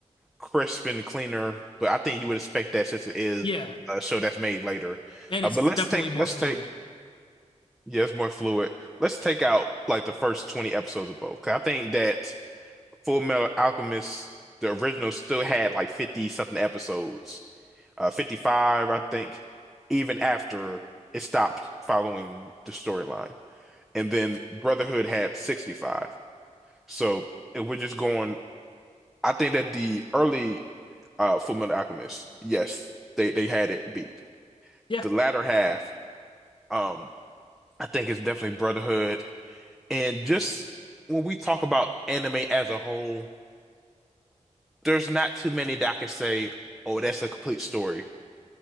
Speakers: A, in the centre; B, on the left.
A: crisp and cleaner, but I think you would expect that since it is
B: Yeah,
A: a show that's made later.
B: and
A: Uh,
B: it's
A: but let's
B: definitely
A: take
B: more
A: let's
B: fluid.
A: take yeah, it's more fluid. Let's take out like the first 20 episodes of both. 'Cause I think that Full Metal Alchemist, the original, still had like 50 something episodes, uh, 55, I think, even after it stopped following the storyline. And then Brotherhood had 65. So if we're just going, I think that the early uh Full Metal Alchemist. Yes, they they had it beat.
B: Yeah,
A: The latter half, um, I think it's definitely Brotherhood. And just when we talk about anime as a whole, there's not too many that I can say, oh, that's a complete story.